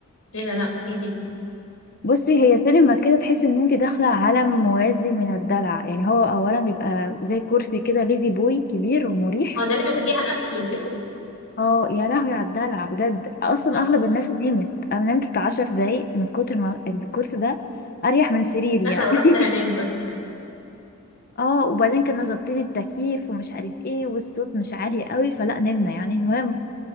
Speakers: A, on the left; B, on the left.
A: ليه لا لا ايه دي؟
B: بصي هي سينما كده تحس ان انت داخلة عالم موازي من الدلع يعني هو اولا بيبقى زي كرسي كده ليزي بوي كبير ومريح
A: اه ده اللي بيبقى فيها أكل وكده
B: اه يا لهوي على الدلع بجد اصلا
A: آه،
B: اغلب الناس نامت انا نمت بتاع عشر دقايق من كتر ما الكرسي ده اريح من سريري
A: داخلة
B: يعني
A: ورحت
B: <laughs>
A: هنام برضه
B: اه وبعدين كانوا ظابطين التكييف ومش عارف ايه والصوت مش عالي قوي فلا نمنا يعني المهم